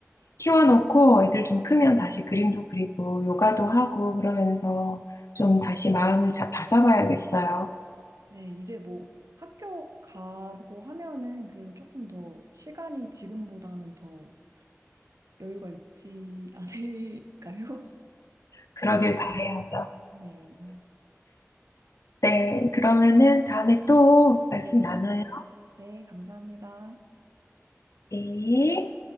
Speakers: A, on the left; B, on the right.
A: 키워놓고 애들 좀 크면 다시 그림도 그리고 요가도 하고 그러면서 좀 다시 마음을 자, 다잡아야겠어요.
B: 네, 이제 뭐 학교 가고 하면은 그래도 조금 더 시간이 지금보다는 더 여유가 있지 않을까요?
A: 그러길 바라야죠.
B: <laughs> 네.
A: 네, 그러면은 다음에 또 말씀
B: 네네.
A: 나눠요.
B: 네, 감사합니다.
A: 네.